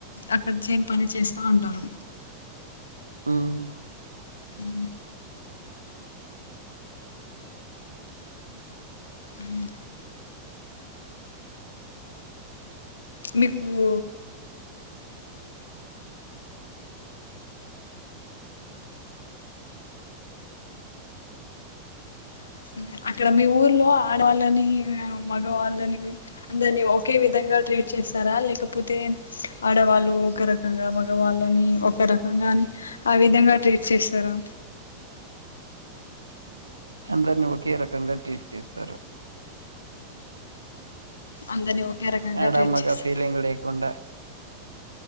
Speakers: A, on the left; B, on the right.
A: అక్కడ చేన్ పని చేస్తా అంటారు.
B: హు హ్మ్.
A: ఉమ్. ఉమ్. మీక్ మూ. <unintelligible> అక్కడ మీ ఊర్లో ఆడవాళ్ళని మగవాళ్ళని. అందర్నీ ఒకే విధంగా ట్రీట్ చేస్తారా లేకపోతే. అడవాళ్ళు ఊకరకంగా. వాళ్ళని ఒక రకంగాని ఆ విధంగా ట్రీట్ చేస్తారా.
B: అందర్నీ ఒకే రకంగా ట్వీట్ చేస్తారు.
A: అందరినీ ఒకే రకంగా
B: ఎడమగా
A: ట్రీట్ చేస్తారు
B: ఫీలింగ్ లేకుండా.